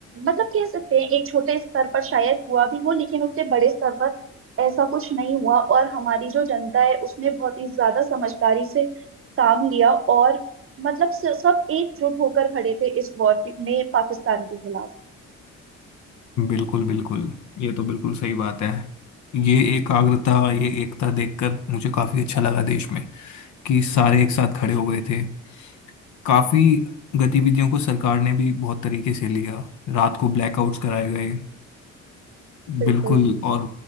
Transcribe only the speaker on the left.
बिल्कुल बिल्कुल ये तो बिल्कुल सही बात है ये एकाग्रता ये एकता देखकर मुझे काफी अच्छा लगा देश में कि सारे एक साथ खड़े हो गए थे काफी गतिविधियों को सरकार ने भी बहुत तरीके से लिया रात को ब्लैकआउट्स कराए गए
बिल्कुल और